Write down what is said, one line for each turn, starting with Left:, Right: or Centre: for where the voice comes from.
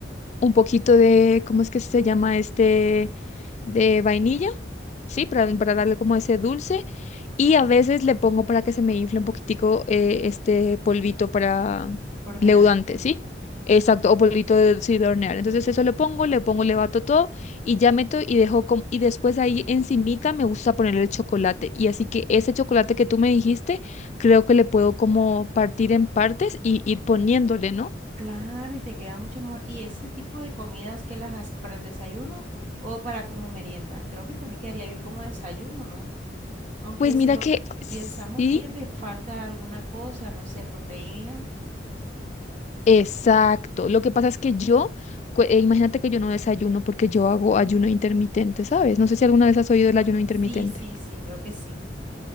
Left: un poquito de, ¿cómo es que se llama este? De vainilla, ¿sí? Para, para darle como ese dulce. Y a veces le pongo para que se me infle un poquitico eh, este polvito para
Right: hornear.
Left: leudante, ¿sí? Exacto, o polvito de, sí, de hornear. Entonces eso le pongo, le pongo, le bato todo y ya meto y dejo com- y después ahí encimica me gusta ponerle el chocolate. Y así que ese chocolate que tú me dijiste, creo que le puedo como partir en partes y ir poniéndole, ¿no?
Right: Claro, y te queda mucho mejor. ¿Y ese tipo de comidas que las haces para el desayuno o para como merienda? Creo que también quedaría bien como desayuno, ¿no? Aunque
Left: Pues
Right: si
Left: mira
Right: lo
Left: que sí.
Right: pensamos bien, le falta alguna cosa, no sé, proteína.
Left: Exacto. Lo que pasa es que yo, cu- eh, imagínate que yo no desayuno porque yo hago ayuno intermitente, ¿sabes? No sé si alguna vez has oído del ayuno intermitente.
Right: Sí, sí, sí, creo que sí.